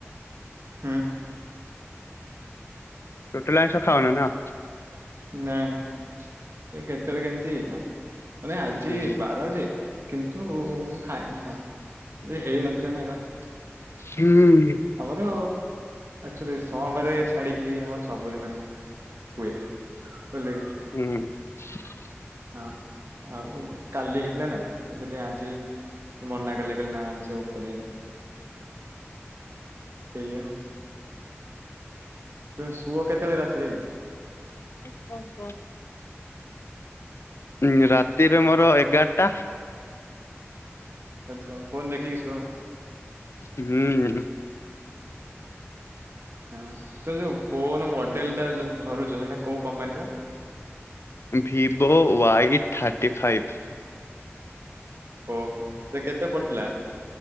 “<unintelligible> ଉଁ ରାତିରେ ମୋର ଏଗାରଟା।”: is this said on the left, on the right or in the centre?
Left